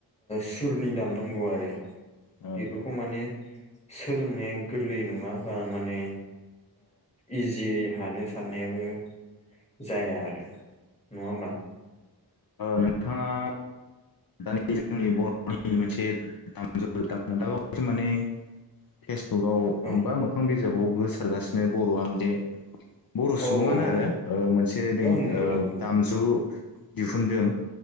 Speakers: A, on the left; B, on the left.
A: सुरनि दाम नांगौ आरो
B: औ
A: बेफोरखौ माने सोलोंनाया गोरलै नङा बा माने इजियै हानो साननायाबो जाया आरो नङा होमबा
B: नोंथाङा दानि जोंनि बर'नि मोनसे दामजु दा बावसो माने फेसबुकआव
A: औ
B: बा मोखां बिजाबाव होसारगासिनो बर'आ म दे बर'
A: औ
B: सुबुङानो
A: औ
B: आरो
A: औ
B: मोनसे दें
A: ओं नुदों
B: ओ
A: नुदों
B: दामजु दिहुनदों